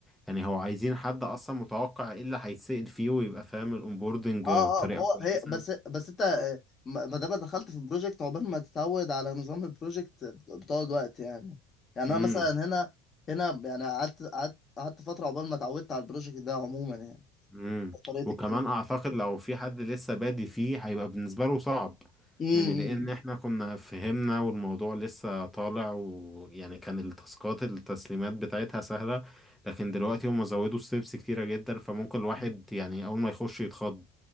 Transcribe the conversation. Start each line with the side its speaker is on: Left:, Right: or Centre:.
Centre: يعني هو عايزين حد اصلا متوقع ايه اللي هيتسأل فيه ويبقى فاهم الاونبوردنج
Left: اه
Centre: بطريقة
Left: اه هو
Centre: كويسة
Left: هي بس بس انت آه، ما ما دام دخلت في البروجكت عقبال ما تتعود على نظام البروجكت بتقعد وقت يعني يعني
Centre: امم
Left: انا مثلا هنا هنا يعني قعدت قعدت قعدت فتره عقبال ما اتعودت على البروجكت ده عموما يعني
Centre: امم
Left: طريقه
Centre: وكمان
Left: الكلام
Centre: اعتقد لو في حد لسه بادي فيه هيبقى بالنسبه له صعب
Left: امم
Centre: يعني لان احنا كنا فهمنا والموضوع لسه طالع ويعني كان التاسكات التسليمات بتاعتها سهله لكن دلوقتي هم زودوا ستيبس كتيره جدا فممكن الواحد
Left: إمم.
Centre: يعني اول ما يخش يتخض